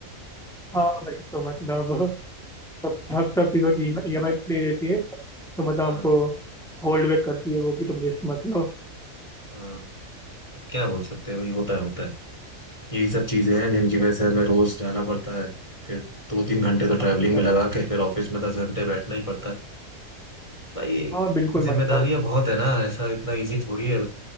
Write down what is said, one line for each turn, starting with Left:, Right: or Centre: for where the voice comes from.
Centre: हाँ भाई तो मतलब सब
Left: <laughs>
Centre: सब सब चीज़ों की ई एम आई फ्री रहती है तो मतलब
Left: हाँ
Centre: हमको होल्ड बैक करती है वो कि तुम रिस्क मत लो
Left: हाँ अब क्या बोल सकते हैं भाई होता है होता है यही सब चीजें हैं जिनकी वजह से हमें रोज जाना पड़ता है फिर दो तीन घंटे तो ट्रैवलिंग
Centre: हाँ मतलब-
Left: में लगा के फिर ऑफिस में दस घंटे बैठना ही पड़ता है भाई
Centre: हाँ बिल्कुल
Left: जिम्मेदारियां
Centre: मतलब
Left: बहुत है ना ऐसा इतना इजी थोड़ी है